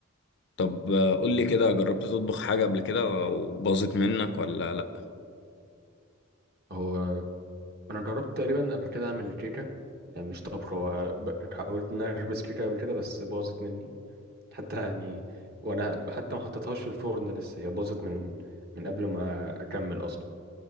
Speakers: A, on the left; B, on the right.
A: طب آه، قول لي كده جربت تطبخ حاجة قبل كده وباظت منك ولا لأ؟
B: هو انا جربت تقريبا قبل كده اعمل كيكه يعني مش طبخ هو ب- قلت ان انا اخبز كيكه قبل كده بس باظت مني حتى يعني وانا حتى ما حطيتهاش في الفرن لسه هي باظت من من قبل ما اكمل اصلا